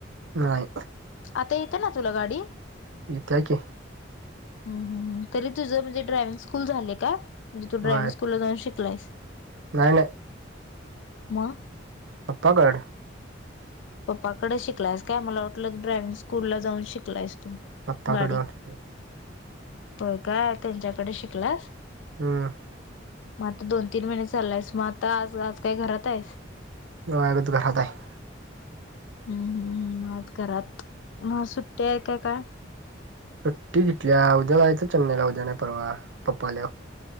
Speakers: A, on the right; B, on the left.
A: नाही.
B: आता येते ना तुला गाडी?
A: इत्या की.
B: हम्म, हम्म, हम्म. तरी तुझं म्हणजे ड्रायविंग स्कूल झालयं काय? म्हणजे तू ड्रायविंग
A: होय
B: तू जाऊन शिकलायस.
A: नाही. नाही.
B: म.
A: पप्पाकड
B: पप्पाकडं शिकलायस काय मला वाटलं ड्रॉइविंग स्कूल ला जाऊन शिकलायस. तू.
A: पप्पाकडं
B: गाडी
A: असतोय.
B: होय काय त्यांच्याकडे शिकलास?
A: हम्म.
B: म आत्ता दोन तीन महिने चाललायस मग आत्ता आज आज काय घरात आहेस?
A: म आज आता घरात आहे.
B: हम्म हम्म हम्म आज घरात म आज सुट्टी आहे का काय?
A: सुट्टी घितल्या उद्या जायचं चेन्नईला उद्या नाही परवा पप्पा आल्यावर